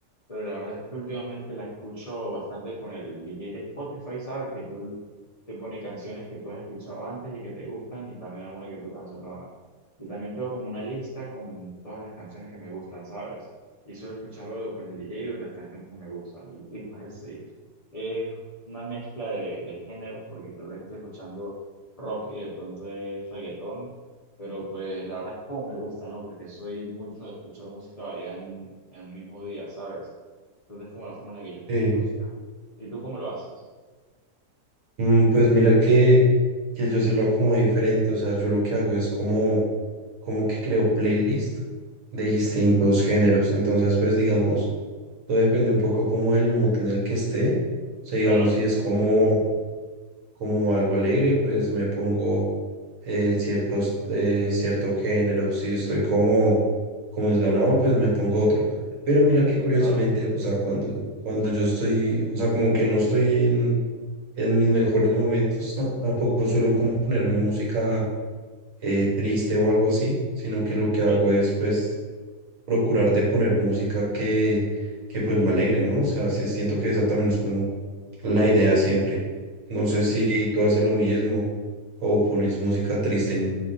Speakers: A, on the left; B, on the right.
A: pero la verdad es que últimamente la escucho bastante con el DJ de Spotify, ¿sabes? Que tú te pone canciones que tú has escuchado antes y que te gustan y también alguna que otra canción nueva. Y también tengo como una lista con todas las canciones que me gustan, ¿sabes? Y suelo escuchar luego con el DJ o las canciones que me gustan. Y, y pues sí, es una mezcla de, de géneros porque tal vez estoy escuchando rock y de pronto es reggaetón, pero pues la verdad es como me gusta, ¿no? Porque soy mucho de escuchar música variada en un, en un mismo día, ¿sabes? Entonces es como la forma en la que yo escucho
B: Sí,
A: música. ¿Y tú cómo lo haces?
B: Mm, Pues mira que, que yo se lo acomodé diferente, o sea, yo lo que hago es como, como que creo playlist de
A: Ujú,
B: distintos géneros, entonces pues digamos, todo depende un poco como el mood en el que esté, o sea, digamos
A: Claro,
B: si es como, como algo alegre, pues me pongo eh, ciertos, eh, cierto género, si estoy como, como desganado, pues me pongo otro. Pero mira que curiosamente,
A: claro.
B: o sea, cuando, cuando yo estoy, o sea, como que no estoy en, en mis mejores momentos, ta- tampoco suelo como ponerme música eh, triste o algo así, sino que lo que hago
A: Sí.
B: es pues procurar de poner música que, que pues me alegre, ¿no? O sea, sí siento que esa también es como la idea siempre. No sé si tú haces lo mismo o pones música triste en,